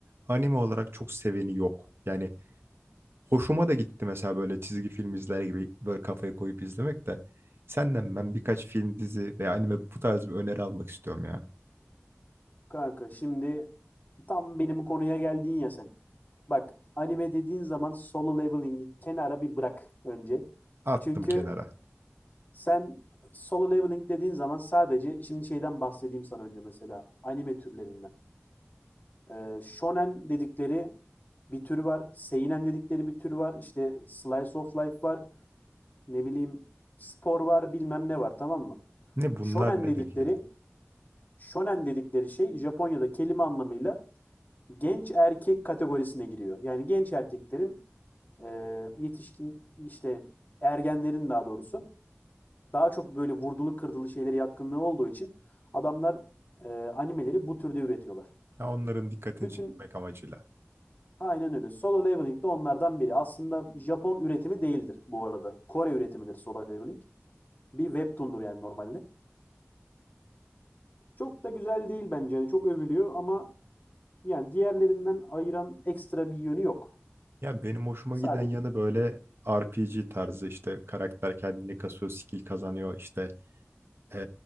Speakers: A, on the right; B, on the left.
A: anime olarak çok seveni yok. Yani hoşuma da gitti mesela böyle çizgi film izler gibi böyle kafayı koyup izlemek de. Senden ben birkaç film, dizi veya anime bu tarz bir öneri almak istiyorum ya.
B: Kanka şimdi tam benim konuya geldin ya sen. Bak anime dediğin zaman solo leveling'i kenara bir bırak önce.
A: Attım
B: Çünkü
A: kenara.
B: sen solo leveling dediğin zaman sadece şimdi şeyden bahsedeyim sana önce mesela anime türlerinden. Ee, shonen dedikleri bir tür var. Seinen dedikleri bir tür var. İşte slice of life var. Ne bileyim spor var bilmem ne var tamam mı?
A: Ne bunlar
B: Shonen
A: ne
B: dedikleri
A: peki ya?
B: Shonen dedikleri şey Japonya'da kelime anlamıyla genç erkek kategorisine giriyor. Yani genç erkeklerin e, yetişkin işte ergenlerin daha doğrusu daha çok böyle vurdulu kırdılı şeylere yatkınlığı olduğu için adamlar e, animeleri bu türde üretiyorlar.
A: Ya onların dikkatini
B: Bütün
A: çekmek amacıyla.
B: aynen öyle. Solo Leveling de onlardan biri. Aslında Japon üretimi değildir bu arada. Kore üretimidir Solo Leveling. Bir webtoon'dur yani normalde. Çok da güzel değil bence. Yani çok övülüyor ama yani diğerlerinden ayıran ekstra bir yönü yok.
A: Yani benim hoşuma
B: Sadece
A: giden yanı böyle RPG tarzı işte karakter kendini kasıyor, skill kazanıyor. işte eee,